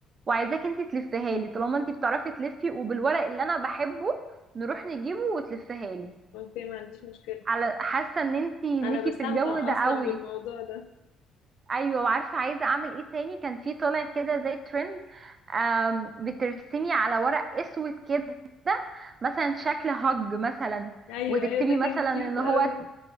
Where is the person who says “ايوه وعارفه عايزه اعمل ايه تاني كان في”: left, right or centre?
Right